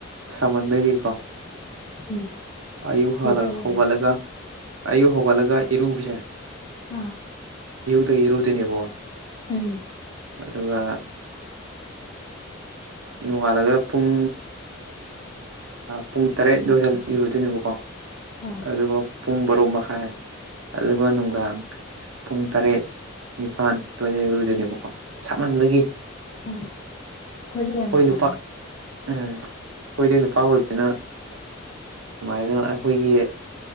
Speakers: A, on the right; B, on the left.
A: ꯁꯥꯃꯟꯗꯔꯤꯀꯣ
B: ꯎꯝ
A: ꯑꯌꯨꯛ
B: ꯁꯤꯗꯧꯔꯦ
A: ꯍꯧꯒꯠꯂꯒ ꯑꯌꯨꯛ ꯍꯧꯒꯠꯂꯒ ꯏꯔꯨꯕꯁꯦ
B: ꯑꯥ
A: ꯗ ꯏꯔꯗꯤꯅꯦꯕꯣ
B: ꯎꯝ
A: ꯑꯗꯨꯒ ꯅꯣꯡꯉꯥꯜꯂꯒ ꯄꯨꯡ ꯄꯨꯡ ꯇꯔꯦꯠꯗ ꯑꯣꯏꯔ ꯏꯔꯨꯗꯣꯏꯅꯦꯕꯀꯣ
B: ꯑꯣ
A: ꯑꯗꯨꯒ ꯄꯨꯡ ꯕꯥꯔꯣ ꯃꯈꯥꯏ ꯑꯗꯨꯒ ꯅꯨꯡꯗꯥꯡ ꯄꯨꯡ ꯇꯔꯦꯠ ꯅꯤꯄꯥꯥꯟ ꯇꯣꯏ ꯂꯗꯣꯏꯅꯦꯕꯀꯣ ꯁꯥꯃꯟꯕꯒꯤ
B: ꯎ ꯈꯨ ꯌꯥꯝꯁꯥꯏ
A: ꯑꯩꯈꯣꯏ ꯅꯨꯄꯥ ꯎꯝ ꯑꯩꯈꯣꯏꯗ ꯅꯨꯄꯥ ꯑꯣꯏꯕꯕꯁꯤꯅ ꯀꯃꯥꯏꯅ ꯑꯩꯈꯣꯏꯒꯤ